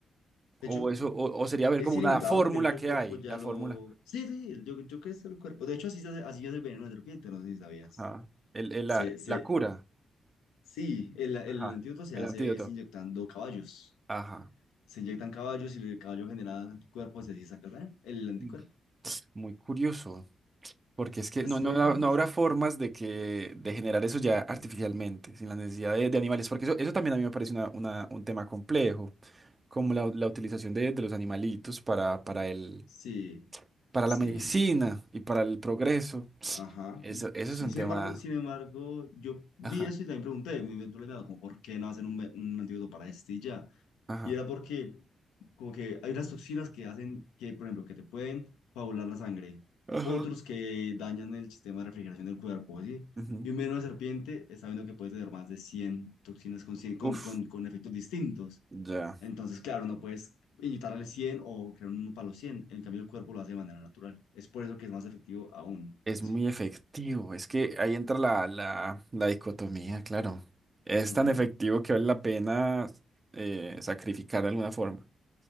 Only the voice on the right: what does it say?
O eso, o, o sería ver
como
una fórmula
que
hay,
la
fórmula.
Ajá. El, el-
la,
la cura.
Ajá.
El
antídoto.
Ajá.
Mm, Muy curioso. Porque es que
no, no,
ha-
no
habrá
formas de que de generar eso ya artificialmente, sin la necesidad de, de animales, porque eso, eso también a mí me parece una, una- un tema complejo, como la, la utilización de, de los animalitos para, para el,
para
la medicina y para el progreso.
Eso, eso
es un
tema.
Ajá,
ajá.
Ajá.
ujú.
Uf,
ya.
Es
muy efectivo. Es que ahí entra la, la, la dicotomía, claro. Es
tan efectivo que vale la pena eh, sacrificar de alguna forma.